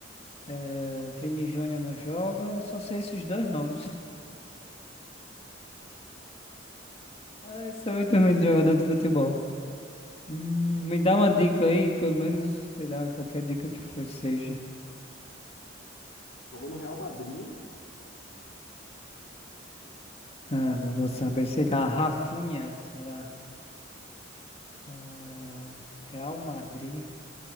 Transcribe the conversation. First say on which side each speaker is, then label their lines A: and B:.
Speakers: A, on the left; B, on the left.
A: É, Vini Júnior não joga, só sei esses dois nomes. <laughs> Ah, eu sou muito ruim de jogador de futebol. Hum, me dá uma dica aí, pelo menos, sei lá, qualquer dica que for, seja.
B: Jogou no Real Madrid
A: Ah, não vou
B: e
A: saber, sei lá, Rafinha, sei lá. Ah, Real Madrid.